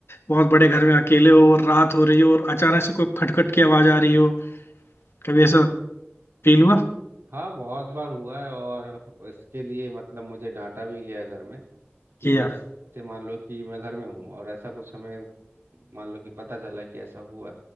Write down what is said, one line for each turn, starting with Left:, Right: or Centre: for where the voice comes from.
Left: बहुत बड़े घर में अकेले हो और रात हो रही हो और अचानक से कोई खटखट की आवाज आ रही हो कभी ऐसा फील हुआ
Right: हाँ बहुत बार हुआ है और इसके लिए मतलब मुझे डांटा भी गया है घर में कि
Left: कि
Right: जैसे
Left: यार
Right: मान लो कि मैं घर में हूँ और ऐसा कुछ हमें मान लो कि पता चला कि ऐसा हुआ